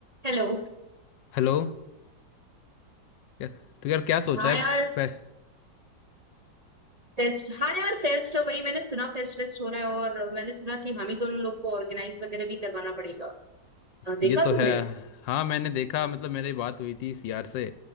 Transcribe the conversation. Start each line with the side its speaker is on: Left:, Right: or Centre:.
Right: Hello
Left: Hello क्या- तो यार क्या सोचा
Right: हाँ
Left: है
Right: यार
Left: फै-
Right: Fest हाँ यार फेस्ट वही मैंने सुना फेस्ट फेस्ट हो रहा है और मैंने सुना कि हम ही दोनों लोग को ऑर्गेनाइज वगैरह भी करवाना पड़ेगा अ, देखा
Left: ये तो
Right: तुमने
Left: है हाँ मैंने देखा मतलब मेरी बात हुई थी सीआर से